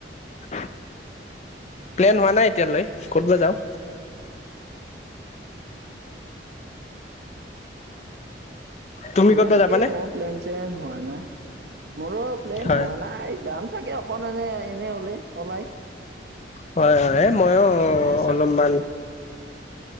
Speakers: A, on the left; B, on the right.
A: প্লেন হোৱা নাই এতিয়ালৈ? ক'তব যাওঁ। তুমি ক'তবা
B: ঘ
A: যাবানে?
B: কেই হ প্লেন চেন হোৱা নাই। মোৰো প্লেন
A: হয়
B: হোৱা নাই যাম চাগে অকণ এনে এনে ওলে ওলাই।
A: হয় হয় মই
B: যে চা
A: অলপমান।